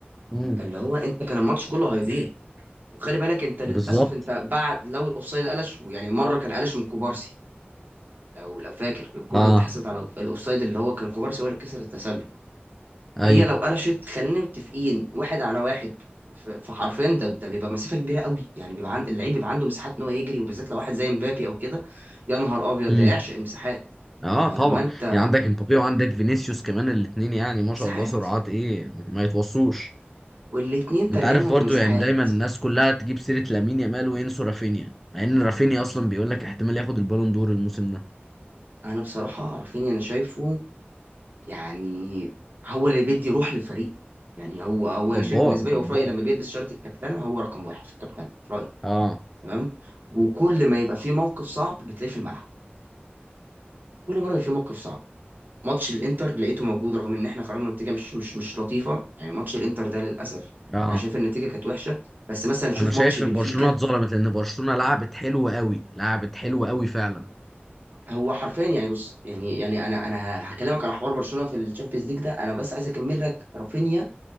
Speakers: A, in the centre; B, on the right.
A: امم
B: اللي هو انت كان الماتش كله هيضيع وخلي بالك انت للاسف
A: بالظبط
B: انت بعد لو الاوفسايد قلش يعني مره كان قلش من كوبارسي لو لو فاكر الكره
A: اه
B: اللي اتحسبت على الاوفسايد اللي هو كان كوبارسي هو اللي كسر التسلل
A: ايوه
B: هي لو قلشت خلينا متفقين واحد على واحد ف- فحرفيا ده ده بيبقى مسافه كبيره قوي يعني بيبقى عند اللعيب بيبقى عنده مساحات ان هو يجري وبالذات لو واحد زي مبابي او كده يا نهار ابيض
A: امم
B: ده يعشق المساحات
A: اه
B: فلما
A: طبعا
B: انت
A: يعني عندك امبابي وعندك فينيسيوس كمان الاثنين يعني ما
B: مساحات
A: شاء الله سرعات ايه ما يتوصوش
B: والاتنين ترجموا
A: انت عارف برضو
B: بمساحات
A: يعني دايما الناس كلها تجيب سيرة لامين يامال وينسوا رافينيا مع ان رافينيا اصلا بيقول لك احتمال ياخد البالون دور الموسم ده
B: انا بصراحة رافينيا انا شايفه يعني هو اللي بيدي روح للفريق يعني هو هو
A: جبار
B: انا شايف بالنسبة لي
A: جبار
B: هو في رأيي لما بيلبس شارة الكابتنة هو رقم واحد في الكابتنة في رأيي
A: اه
B: تمام وكل ما يبقى فيه موقف صعب بتلاقيه في الملعب كل مرة يبقى فيه موقف صعب ماتش الانتر لقيته موجود رغم ان احنا خرجنا نتيجة مش مش مش لطيفة يعني ماتش الانتر ده للأسف
A: اه
B: انا شايف النتيجة كانت وحشة بس مثلا نشوف
A: انا شايف
B: ماتش بنفيكا
A: ان برشلونة اتظلمت لان برشلونة لعبت حلو قوي لعبت حلو قوي فعلا
B: هو حرفيا يعني بص يعني يعني انا انا هكلمك على حوار برشلونه في الشامبيونز ليج ده انا بس عايز اكمل لك رافينيا